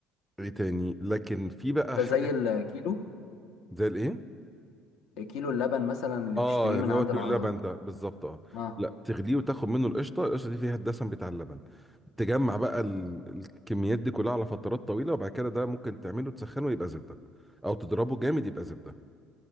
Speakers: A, in the centre; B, on the left (about 80°).
A: ايه تاني لكن في بقى
B: ده
A: حاجه
B: زي الكيلو
A: زي الايه
B: كيلو اللبن مثلا اللي
A: اه
B: بتشتريه
A: اللي
B: من عند
A: هو كيلو
B: الع
A: اللبن ده بالظبط اه
B: اه
A: لا تغليه وتاخد منه القشطه القشطه دي فيها الدسم بتاع اللبن تجمع بقى ال- الكميات دي كلها على فترات طويله وبعد كده ده ممكن تعمله تسخنه يبقى زبده او تضربه جامد يبقى زبده